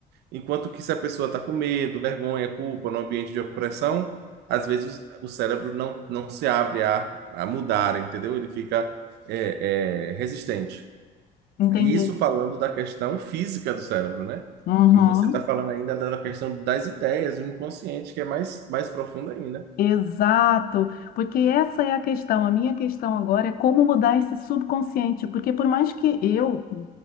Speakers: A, on the right; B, on the left.
A: Enquanto que se a pessoa está com medo, vergonha, culpa, no ambiente de opressão, às vezes o cérebro não, não se abre a, a mudar, entendeu? Ele fica é, é, resistente.
B: entendi.
A: E isso falando da questão física do cérebro, né?
B: Uhum.
A: E você está falando ainda da questão das ideias, do inconsciente, que é mais, mais profunda ainda,
B: Exato, porque essa é a questão. A minha questão agora é como mudar esse subconsciente, porque por mais que eu,